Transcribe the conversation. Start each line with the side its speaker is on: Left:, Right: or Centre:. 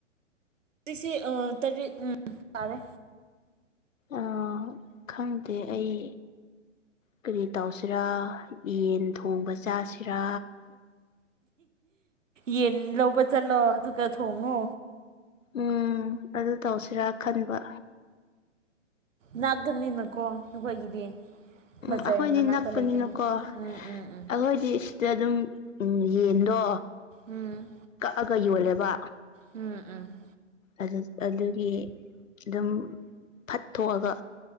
Right: ꯖꯤꯛꯁꯤ ꯑ ꯇꯔꯦꯠ ꯎꯝ ꯇꯥꯔꯦ
Left: ꯑꯥ ꯈꯪꯗꯦ ꯑꯩ ꯀꯔꯤ ꯇꯧꯁꯤꯔꯥ ꯌꯦꯟ ꯊꯣꯡꯕ ꯆꯥꯁꯤꯔꯥ
Right: ꯌꯦꯟ ꯂꯧꯕ ꯆꯠꯂꯣ ꯑꯗꯨꯒ ꯊꯣꯡꯉꯣ
Left: ꯎꯝ ꯑꯗꯨ ꯇꯧꯁꯤꯔꯥ ꯈꯟꯕ
Right: ꯅꯥꯥꯛꯀꯅꯤꯅꯀꯣ ꯅꯈꯣꯏꯒꯤꯗꯤ
Left: ꯎꯝ
Right: ꯕꯖꯥꯔ
Left: ꯑꯩꯈꯣꯏꯗꯤ
Right: ꯃꯅꯥꯛꯇ
Left: ꯅꯛꯄꯅꯤꯅꯀꯣ
Right: ꯂꯩꯕꯅꯦ ꯎꯝ ꯎꯝ ꯎꯝ
Left: ꯑꯩꯈꯣꯏꯗꯤ ꯁꯤꯗ ꯑꯗꯨꯝ ꯎꯝ ꯌꯦꯟꯗꯣ
Right: ꯎꯝ
Left: ꯀꯛꯑꯒ ꯌꯣꯜꯂꯦꯕ
Right: ꯎꯝ ꯎꯝ
Left: ꯑꯗꯨ ꯑꯗꯨꯒꯤ ꯑꯗꯨꯝ ꯐꯠ ꯊꯣꯛꯑꯒ